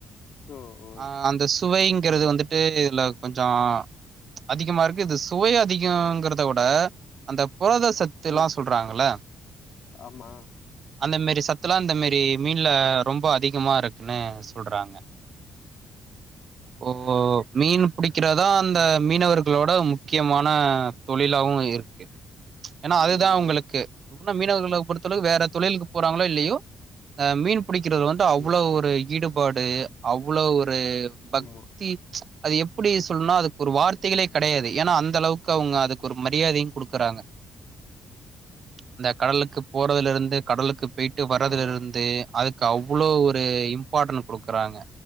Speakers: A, on the left; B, on the right.
A: ஓ ஓ
B: அஹ் அந்த சுவைங்கிறது
A: அப்டியா
B: வந்துட்டு இதுல கொஞ்சம் அதிகமா இருக்கு இது சுவை அதிகங்கிறதோட அந்த புரத ல்லாம்
A: ம்
B: சொல்றாங்கள
A: ஆமா
B: அந்த மாரி சத்துலாம் இந்த மாரி மீன்ல ரொம்ப அதிகமா இருக்குன்னு சொல்றாங்க ஓ
A: ஆ
B: மீன் புடி வக்கிறதா அந்த மீனவர்களோட முக்கியமான தொழிலாவும் இருக்கு ஏன்னா
A: ம்
B: அதுதான் உங்களுக்கு
A: ம்
B: னா மீனவர்களை பொறுத்தளவுக்கு வேற தொழிலுக்கு போறாங்களோ இல்லையோ அ மீன் புடிக்கிறது வந்து அவ்வளவு
A: ம்
B: ஒரு ஈடு பாடு அவ்வளவு ஒரு ஒரு பக்தி
A: ஆமா
B: அது எப்படி சொல்லனா அதுக்கு ஒரு வார்த்தைகளே கிடையாது ஏன்னா அந்த அளவுக்கு அவங்க அதுக்கு ஒரு மரியாதையும் குடுக்குறாங்க அந்த கடலுக்குப் போறதிலிருந்து கடலக்குப் போய் ட்டு வர்றதுல
A: ஆ ஆ
B: இருந்து அதுக்கு அவ்வளோ ஒரு ப்பாட்ட குடுக்குறாங்க